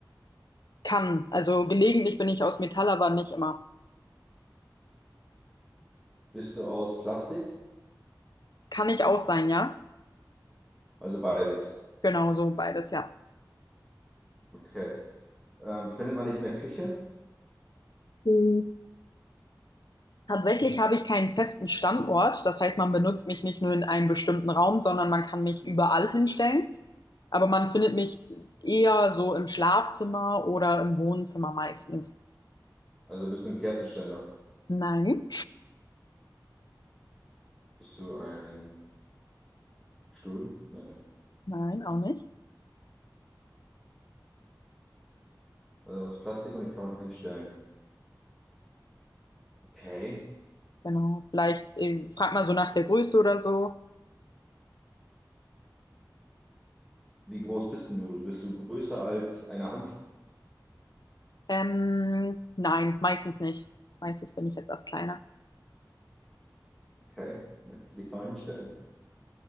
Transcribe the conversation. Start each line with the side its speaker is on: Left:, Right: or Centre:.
Left: Kann, also gelegentlich bin ich aus Metall, aber nicht immer.
Centre: Bist du aus Plastik?
Left: Kann ich auch sein, ja?
Centre: Also beides.
Left: Genau so beides, ja.
Centre: Okay. Ähm, findet man nicht in der Küche?
Left: Hm. Tatsächlich habe ich keinen festen Standort, das heißt, man benutzt mich nicht nur in einem bestimmten Raum, sondern man kann mich überall hinstellen. Aber man findet mich eher so im Schlafzimmer oder im Wohnzimmer meistens.
Centre: Also bist du ein Kerzenständer?
Left: Nein,
Centre: Bist du ein Stuhl? Nee.
Left: nein, auch nicht.
Centre: Also aus Plastik und ich kann man hinstellen. Okay.
Left: Genau. Vielleicht äh, fragt man so nach der Größe oder so.
Centre: Wie groß bist denn du? Bist du größer als eine Hand?
Left: Ähm, nein, meistens nicht. Meistens bin ich etwas kleiner.
Centre: Okay. Die kann man hinstellen.